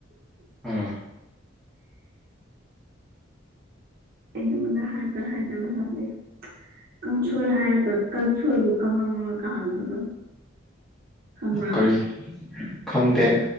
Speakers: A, in the centre; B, on the right (about 50°).
A: ꯑꯥ
B: ꯑꯩꯩ ꯅꯉꯣꯟꯗ ꯍꯥꯏꯕ꯭ꯔ ꯍꯥꯏꯗꯕ ꯈꯪꯗꯦ ꯀꯪꯁꯣꯏ ꯍꯥꯏꯔꯒ ꯀꯪꯁꯣꯏꯕꯨ ꯀꯥꯡꯉꯧꯔꯒ ꯍꯪꯕꯗꯣ ꯈꯪꯕ꯭ꯔꯥ
A: ꯀꯔꯤ ꯈꯪꯗꯦ